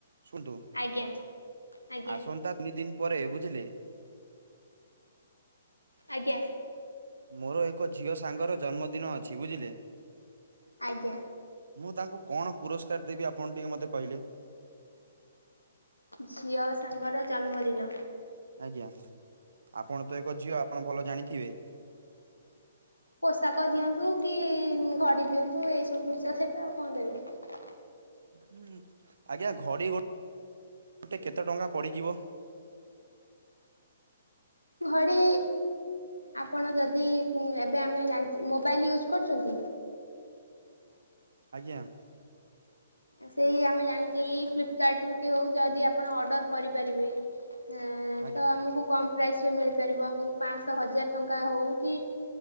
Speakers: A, on the right; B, on the left.
A: ଶୁଣନ୍ତୁ?
B: ଆଜ୍ଞା ଆଜ୍ଞା।
A: ଆସନ୍ତା ତିନି ଦିନ ପରେ ବୁଝିଲେ
B: ଆଜ୍ଞା।
A: ମୋର ଏକ ଝିଅ ସାଙ୍ଗ ର ଜନ୍ମଦିନ ଅଛି ବୁଝିଲେ?
B: ଆଜ୍ଞା।
A: ମୁଁ ତାଙ୍କୁ କଣ ପୁରସ୍କାର ଦେବି ଆପଣ ଟିକେ ମତେ କହିଲେ?
B: ଝିଅ ସାଙ୍ଗର ଜନ୍ମଦିନ।
A: ଆଜ୍ଞା ଆପଣ ତ ଏକ ଝିଅ ଆପଣ ଭଲ ଜାଣିଥିବେ।
B: ପୋଷାକ ଦିଅନ୍ତୁ କି ଘଡି ଦିଅନ୍ତୁ ଏଇ ସବୁ ଦୁଇଷ ଥବେ ଆଉ କଣ ଦେବେ।
A: ହୁଁ ଆଜ୍ଞା ଘଡି ଗୋ ଗୋଟେ କେତେ ଟଙ୍କା ପଡିଯିବ?
B: ଘଡି। ଆପଣ ଯଦି ଏବେ ଆମେ ଜାଣି ମୋବାଇଲ ୟୁଜ୍ କରୁଛନ୍ତି?
A: ଆଜ୍ଞା।
B: ସେଇ ଆମେ ଜାଣିଛେ ଫ୍ଲିପକାର୍ଟରୁୁ କି ହଉ ଯଦି ଆପଣ ଅର୍ଡର କରିପାରିବେ। ହ
A: ଆଜ୍ଞା
B: ତ ଆମକୁ କଣ ପ୍ରାଇସରେ ମିଳିପାରିବ ମୁ ପାଞ୍ଚଶହ ହଜାର ଟଙ୍କା ହେଉ କି